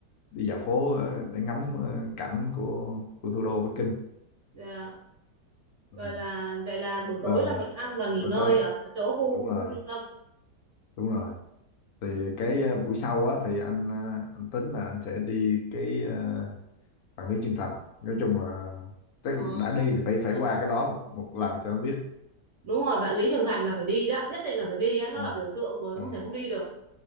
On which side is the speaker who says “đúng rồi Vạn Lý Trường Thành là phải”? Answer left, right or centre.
Right